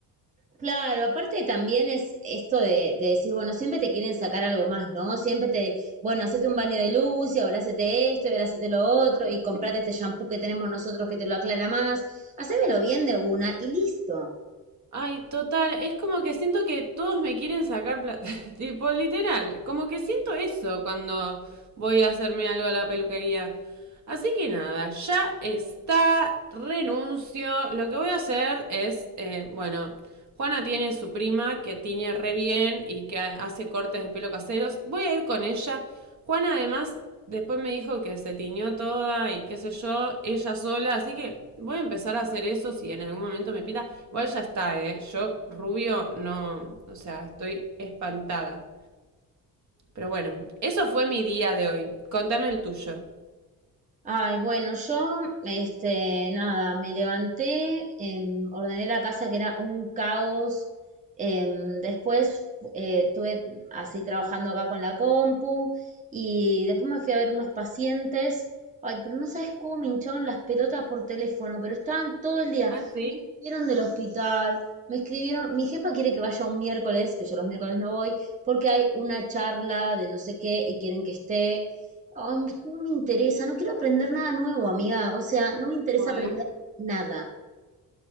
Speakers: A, on the right (about 20°); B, on the right (about 50°).
A: Claro, aparte también es esto de, de decir, bueno, siempre te quieren sacar algo más, ¿no? Siempre te, bueno, hacete un baño de luz y ahora hacete esto y ahora hacete lo otro y comprate este shampoo que tenemos nosotros que te lo aclara más. Hacémelo bien de una y listo.
B: Ay, total, es como que siento que todos me quieren sacar plata, <laughs> tipo literal, como que siento eso cuando voy a hacerme algo a la peluquería. Así que nada, ya está, renuncio, lo que voy a hacer es, eh, bueno, Juana tiene su prima que tiñe re bien y que hace cortes de pelo caseros. Voy a ir con ella. Juana además después me dijo que se tiñó toda y qué sé yo, ella sola. Así que voy a empezar a hacer eso si en algún momento me pita. Igual ya está, ¿eh? Yo rubio no, o sea, estoy espantada. Pero bueno, eso fue mi día de hoy. Contame el tuyo.
A: Ay, bueno, yo, este, nada, me levanté, em, ordené la casa que era un caos. em, después eh, estuve así trabajando acá con la compu y después me fui a ver unos pacientes. Ay, pero no sabes cómo me hinchaban las pelotas por teléfono, pero estaban todo el día.
B: Ah, sí.
A: Vieron del hospital, me escribieron, mi jefa quiere que vaya un miércoles, que yo los miércoles no voy, porque hay una charla de no sé qué y quieren que esté. Ay, no me interesa, no quiero aprender nada nuevo, amiga. O sea, no me interesa
B: Ay.
A: aprender nada.